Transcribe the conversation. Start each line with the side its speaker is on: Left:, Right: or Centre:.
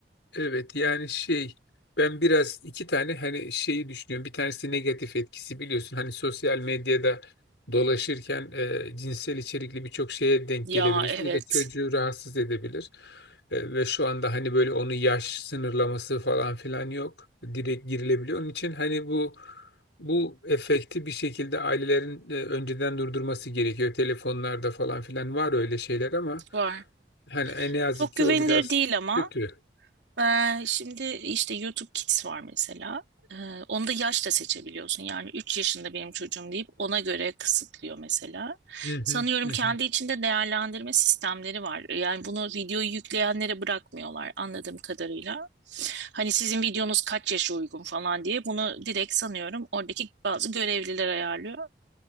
Left: Evet yani şey ben biraz iki tane hani şeyi düşünüyorum. Bir tanesi negatif etkisi biliyorsun. Hani sosyal medyada dolaşırken e, cinsel içerikli birçok şeye denk
Right: Ya
Left: gelebilirsin.
Right: evet
Left: bu da çocuğu rahatsız edebilir. E, ve şu anda hani böyle onun yaş sınırlaması falan filan yok. Direkt girilebiliyor. Onun için hani bu bu efekti bir şekilde ailelerin e, önceden durdurması gerekiyor. Telefonlarda falan filan var öyle şeyler ama
Right: var.
Left: hani en yazık
Right: Çok
Left: ki
Right: güvenilir
Left: o biraz
Right: değil ama.
Left: kötü.
Right: Ee, şimdi işte YouTube Kids var mesela. Ee, onu da yaşla seçebiliyorsun. Yani 3 yaşında benim çocuğum deyip ona göre kısıtlıyor mesela.
Left: Hı hı,
Right: Sanıyorum
Left: hı
Right: kendi
Left: hı.
Right: içinde değerlendirme sistemleri var. Yani bunu videoyu yükleyenlere bırakmıyorlar anladığım kadarıyla. Hani sizin videonuz kaç yaşa uygun falan diye bunu direkt sanıyorum oradaki bazı görevliler ayarlıyor.